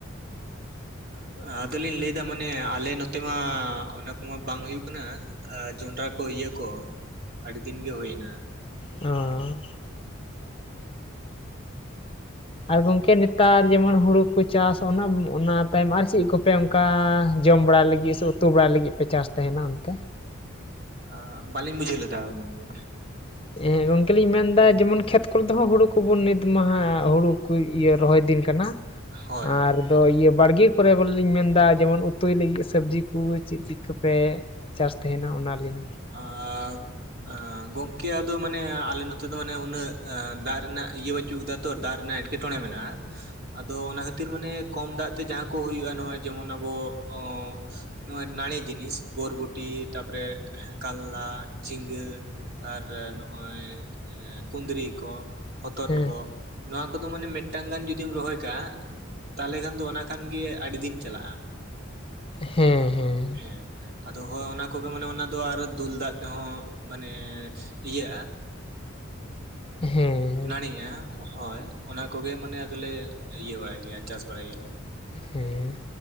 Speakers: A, on the right; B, on the left.
A: ᱛᱚ ᱟᱫᱚ ᱞᱤᱧ ᱞᱟᱹᱭ ᱫᱟ ᱢᱟᱱᱮ ᱟᱞᱮ ᱱᱚᱛᱮ ᱢᱟ ᱚᱱᱟ ᱠᱚᱢᱟ ᱵᱟᱝ ᱦᱩᱭᱩᱜ ᱠᱟᱱᱟ᱾ ᱟᱻ ᱡᱚᱱᱰᱨᱟ ᱠᱚ ᱤᱭᱟᱹ ᱠᱚ ᱟᱹᱰᱤ ᱫᱤᱱ ᱜᱮ ᱦᱳᱭ ᱱᱟ᱾
B: ᱚᱸ᱾ ᱟᱨ ᱜᱚᱝᱠᱮ ᱱᱮᱛᱟᱨ ᱡᱮᱢᱚᱱ ᱦᱩᱲᱩ ᱠᱚ ᱪᱟᱥ ᱚᱱᱟ ᱚᱱᱟ ᱛᱟᱭᱚᱢ ᱟᱨ ᱪᱤᱜ ᱠᱚᱯᱮᱼᱼ ᱠᱟᱸ ᱡᱚᱢ ᱵᱟᱲᱟᱭ ᱞᱟᱹᱜᱤᱫ ᱥᱮ ᱩᱛᱩ ᱵᱟᱲᱟᱭ ᱞᱟᱹᱜᱤᱫ ᱯᱮ ᱪᱟᱥ ᱛᱟᱦᱮᱸᱱᱟ ᱚᱱᱛᱮ?
A: ᱟ ᱵᱟᱞᱤᱧ ᱵᱩᱡᱷᱟᱹᱣ ᱞᱮᱫᱟ ᱜᱚᱝᱠᱮ᱾
B: ᱮᱸᱜ ᱜᱚᱝᱠᱮ ᱞᱤᱧ ᱢᱮᱱᱫᱟ ᱡᱮᱢᱚᱱ ᱠᱷᱮᱛ ᱠᱚᱨᱮ ᱫᱚ ᱦᱟᱸᱜ ᱦᱩᱲᱩ ᱠᱩᱵᱩᱱ ᱱᱤᱛ ᱢᱟᱦᱟ ᱦᱩᱲᱩ ᱠᱚ ᱤᱭᱟᱹ ᱨᱚᱦᱚᱭ ᱫᱤᱱ ᱠᱟᱱᱟ,
A: ᱦᱳᱭ
B: ᱟᱨ ᱟᱫᱚ ᱤᱭᱟᱹ ᱵᱟᱲᱜᱤ‌ ᱠᱚᱨᱮ ᱵᱚᱞᱮ ᱞᱤᱧ ᱢᱮᱱᱫᱟ ᱡᱮᱢᱚᱱ ᱩᱛᱩᱭ ᱞᱟᱹᱜᱤᱫ ᱥᱟᱹᱵᱽᱡᱤ ᱠᱩ ᱪᱤᱜ ᱪᱤᱜ ᱠᱚᱯᱮ ᱪᱟᱥ ᱛᱮᱦᱮᱸᱱᱟ ᱚᱱᱟ ᱞᱤᱧ
A: ᱟᱻᱫ ᱟᱸ ᱜᱚᱝᱠᱮ ᱟᱫᱚ ᱢᱟᱱᱮ ᱟᱞᱮ ᱱᱚᱛᱮ ᱫᱚ ᱢᱟᱱᱮ ᱩᱱᱟᱹᱜ ᱮ ᱫᱟ ᱨᱮᱱᱟᱜ ᱤᱭᱟᱹ ᱵᱟᱹᱪᱩᱜ ᱠᱟᱫᱟ ᱛᱚ ᱫᱟ ᱨᱮᱱᱟᱜ ᱮᱴ ᱠᱮᱴᱚᱬᱮ ᱢᱮᱱᱟᱜᱼᱟ ᱟᱫᱚ ᱚᱱᱟ ᱠᱷᱟᱹᱛᱤᱨ ᱢᱟᱱᱮ ᱠᱚᱢ ᱫᱟᱜ ᱛᱮ ᱡᱟᱦᱟᱸ ᱠᱚ ᱦᱩᱭᱩᱜᱼᱟ ᱱᱚᱜ-ᱚᱭ ᱡᱮᱢᱚᱱ ᱟᱵᱚ ᱚᱸᱻᱱᱚᱜᱼᱚᱭ ᱱᱟᱹᱲᱤ ᱡᱤᱱᱤᱥ ᱵᱚᱨᱵᱩ ᱴᱤ ᱛᱟᱯᱚᱨᱮ ‌ᱦᱮᱸ ᱠᱟᱞᱞᱟ ᱡᱷᱤᱸᱜᱟᱹ ᱟᱨ ᱱᱚᱜ-ᱚᱭ ᱮᱸ ᱠᱩᱸᱫᱽᱨᱤ ᱠᱚ ᱦᱚᱛᱚᱫ
B: ᱦᱮᱸ
A: ᱠᱚ, ᱱᱚᱣᱟ ᱠᱚᱫᱚ ᱢᱟᱱᱮ ᱢᱤᱫᱴᱟᱝ ᱜᱟᱱ ᱡᱩᱫᱤᱢ ᱨᱚᱦᱚᱭ ᱠᱟᱜᱼᱟ, ᱛᱟᱦᱚᱞᱮ ᱠᱷᱟᱱ ᱫᱚ ᱚᱱᱟ ᱠᱷᱟᱱ ᱜᱮ ᱟᱰᱤ ᱫᱤᱱ ᱪᱟᱞᱟᱜ-ᱟ᱾
B: ᱦᱮᱸ ᱦᱮᱸ᱾
A: ᱦᱮᱸ᱾ ᱫᱚ ᱦᱚᱭ ᱚᱱᱟ ᱠᱚᱜᱮ ᱢᱟᱱᱮ ᱚᱱᱟ ᱫᱚ ᱟᱨ ᱫᱩᱞ ᱫᱟᱜ ᱛᱮᱦᱚᱸ ᱢᱟᱱᱮ ᱤᱭᱟᱹᱜ-ᱟ᱾
B: ᱦᱮᱸ᱾
A: ᱱᱟᱹᱲᱤᱜᱼᱟ ᱦᱳᱭ ᱚᱱᱟ ᱠᱚᱜᱮ ᱢᱟᱱᱮ ᱟᱫᱚ ᱞᱮ ᱤᱭᱟᱹ ᱵᱟᱲᱟᱭ ᱜᱮᱭᱟ ᱪᱟᱥ ᱵᱟᱲᱟᱭ ᱜᱮᱭᱟ ᱞᱮ᱾
B: ᱦᱮᱸ᱾